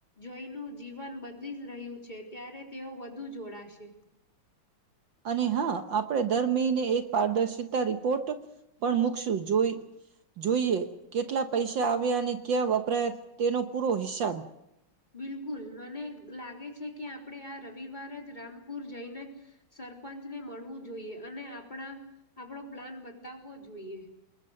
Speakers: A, on the left (about 20°); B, on the right (about 65°).
A: જોઈનું જીવન બદલી રહ્યું છે ત્યારે તેઓ વધુ જોડાશે.
B: અને હા આપણે દર મહિને એક પારદર્શિતા રિપોર્ટ પણ મૂકશું જોઈ જોઈએ કેટલા પૈસા આવ્યા અને ક્યાં વપરાયા તેનો પૂરો હિસાબ.
A: બિલકુલ. મને લાગે છે કે આપણેે આ રવિવાર જ રામપુર જઈને સરપંચ ને મળવું જોઈએ અને આપણા આપણો પ્લાન બતાવવો જોઈએ.